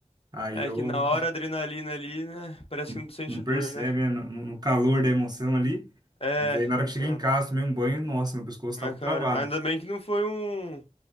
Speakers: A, on the right; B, on the left.
A: Aí
B: É
A: eu
B: que na hora a adrenalina ali, né? Parece
A: <laughs>
B: que não sente
A: não percebe,
B: dor, né?
A: né, no, no calor da emoção ali.
B: É,
A: Mas aí na hora
B: então.
A: que cheguei em casa, tomei um banho, nossa, meu pescoço
B: Mas,
A: tava
B: cara,
A: travado.
B: ainda bem que não foi um,